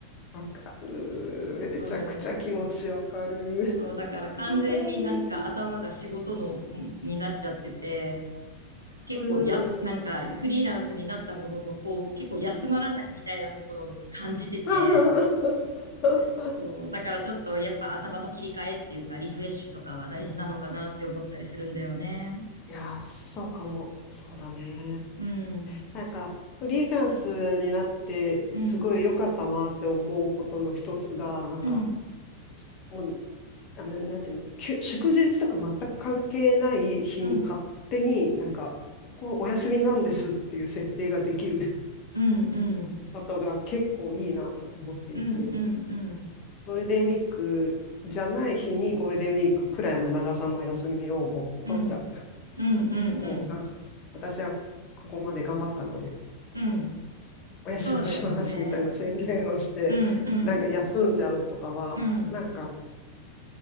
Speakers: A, on the left; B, on the right.
A: わかる。めちゃくちゃ気持ちわかる。
B: そう、そう、だから完全になんか頭が仕事の、
A: そうだよね。
B: になっちゃってて、結構や、
A: うんうんうん。
B: なんかフリーランスになったものの、こう、結構休まらないみたいなところを感じてて、
A: <laughs>
B: そう。だからちょっとやっぱ頭の切り替えっていうかリフレッシュとかは大事なのかなって思ったりするんだよね。
A: いやー、そうかも。そうだね。
B: うん。
A: なんか、フリーランスになって、
B: うん。
A: すごい良かったなって思うことの一つが、なんか、
B: うん。
A: もう、あ、な、なんていうの、きゅ祝日とか全く関係ない日に勝手になんか、
B: うん。
A: ここはお休みなんですっていう設定ができる
B: うん。うん。
A: ことが結構いいなと思っていて。
B: うん。うん。うん。
A: ゴールデンウィークじゃない日にゴールデンウィークくらいの長さの休みをもう取っちゃう。
B: うん。うん。うん。
A: もうが、
B: うん。
A: 私はここまで頑張ったので
B: うん
A: お休みしますみたいな宣言をして、
B: そうだよね。うん。うん。
A: なんか休んじゃうとかは、
B: うん。
A: なんか、